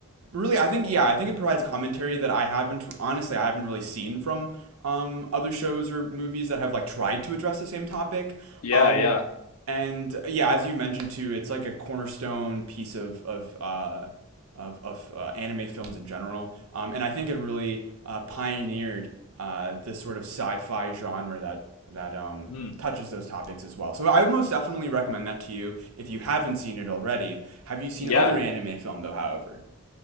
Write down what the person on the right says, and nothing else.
really, I think yeah, I think it provides commentary that I haven't honestly I haven't really seen from um, other shows or movies that have like tried to address the same topic.
Um,
and yeah, as you mentioned too, it's like a cornerstone piece of of uh, of, of uh, anime films in general. Um, and I think it really uh, pioneered uh, this sort of sci-fi genre that that um,
touches those topics as well. So I would most definitely recommend that to you if you haven't seen it already. Have you seen
other anime film though? However.